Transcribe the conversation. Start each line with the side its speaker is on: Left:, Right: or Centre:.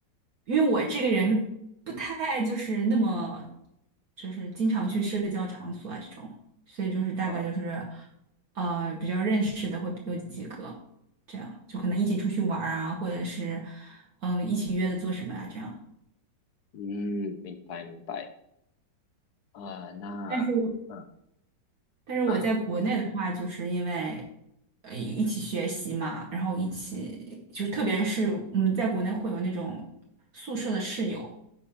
Right: 因为我这个人是不太就是那么，就是经常去社交场所啊这种，所以就是大概就是，
Left: 啊，
Right: 呃，比较认识的会有几个，这样就可能一起出去玩儿啊，或者是，嗯、一起约着做什么呀、这样。
Left: 嗯，明白明白。啊，那啊
Right: 但是但是我在国内的话，
Left: 啊
Right: 就是因为呃一起学习嘛，然后一起就特别是嗯在国内会有那种宿舍的室友，